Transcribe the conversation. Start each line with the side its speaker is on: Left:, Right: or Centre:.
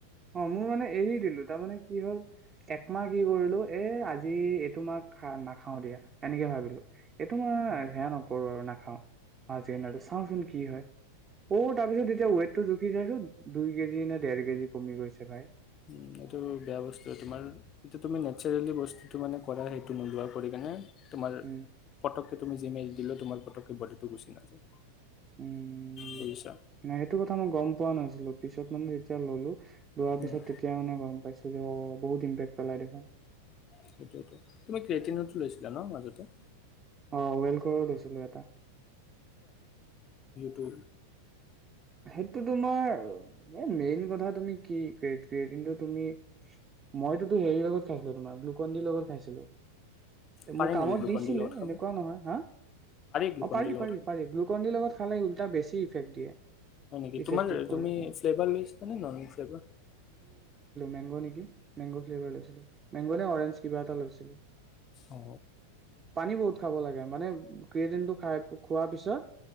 Right: অ মোৰ মানে এৰি দিলো তাৰমানানে কি হল একমাহ কি কৰিলো এ আজি এইটো মাক খা নাখাও দিয়া তেনেকে ভাবিলো এইটো মই
Left: অ
Right: সেয়া নকৰো আৰু নাখাওঁ আাজ আৰুটো চাওঁচোন কি হয় অ তাৰপিছত এতিয়া ৱট টো জুখি যাইছো দুই কেজিে ডেৰ কেজি কমি গৈছে ভাই
Left: উম এইটো বেয়া বস্তু তোমাৰ এতিয়া তুমি নেচাৰেলি বস্তুটো মানে কৰা সেইটো নোলোৱা কৰি কিণনে তোমাৰ
Right: উম
Left: পটকক তুমি জিমেইল দিলে তোমাৰ পতকে বিটো গুচি নাযায়
Right: উম
Left: বুজিছা
Right: ন সেইটো কথা ক মই গম পোৱা নাছিলো পিছত মানে যেতিয়া ললো লোৱাৰ
Left: উম,
Right: পিছত তেতিয়া মানে গম পাইছো যে অ বহুত ইম্পেক্ পেলাই দেখা
Left: সেইটোটো তুমি ক্ৰটিনতো লৈছিলা ন মাজতে
Right: আহ ৱেল কৰি লৈছিলো এটা
Left: টো
Right: সেইটো তোমাৰ মেইন কথা তুমি কি কিন্তু তুমি মইতোো হেৰিৰ লগত খাইছিলো তোমাৰ ব্লুকনিৰ লগত খাইছিলো
Left: পাৰি
Right: মোক কামত
Left: নেকি গ্লুকন
Right: দিছিলে
Left: ডিৰ লগত খাব
Right: এনেকুৱা নহয় হা
Left: গ্লুকন
Right: অ পাৰি
Left: ডিৰ লগত
Right: পাৰি
Left: খাব
Right: পাৰি গ্লুকণ্ডিৰ লগত খালে উল্টা বেছি। ইফেকট দিয়ে।
Left: হয় নেকি
Right: ইফেক্টিভ
Left: তোমাৰ
Right: কৰে
Left: তুমি
Right: অ
Left: ফ্লেভাৰ লৈছা নে নন ফ্লেভাৰ।
Right: মেনগ নেকি মেনগ লৈছিলোঁ মেনগ নে অৰেঞ্জ ফ্লেভাৰ কিবা এটা লৈছিল।
Left: অ
Right: পানী বহুত। খাব লাগে মানে কেইদিনটো খাই খোৱাৰ পিছত।